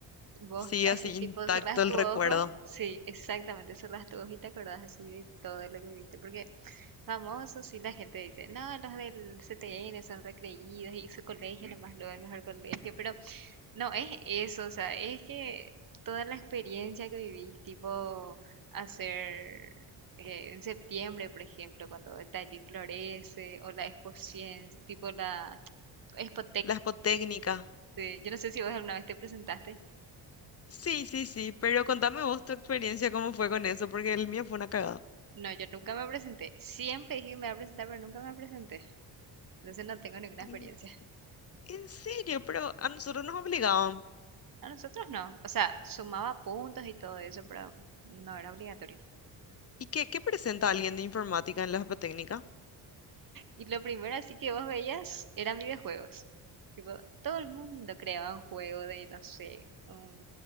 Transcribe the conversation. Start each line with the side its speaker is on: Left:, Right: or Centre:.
Right: Vos
Left: sigue
Right: así
Left: así
Right: tipo
Left: intacto
Right: cerrás
Left: el
Right: tu
Left: recuerdo.
Right: ojo, sí, exactamente, cerrás tu ojo y te acordás así de todo lo que viviste, porque famosos sí la gente dice, no, los del CTN son recreídos y su colegio nomás lo el mejor colegio, pero no es eso, o sea, es que toda la experiencia que vivís, tipo hacer eh, en septiembre, por ejemplo, cuando el taller florece o la exposición, tipo la expo
Left: La espotécnica.
Right: Sí, yo no sé si vos alguna vez te presentaste.
Left: Sí, sí, sí, pero contame vos tu experiencia, cómo fue con eso, porque el mío fue una cagada.
Right: No, yo nunca me presenté. Siempre dije que me iba a presentar, pero nunca me presenté. Entonces no tengo ninguna experiencia.
Left: En en serio, pero a nosotros nos obligaban.
Right: A nosotros no. O sea, sumaba puntos y todo eso, pero no era obligatorio.
Left: ¿Y qué, qué presenta alguien de informática en la apatécnica?
Right: Y lo primero así que vos veías eran videojuegos. Tipo, todo el mundo creaba un juego de, no sé, un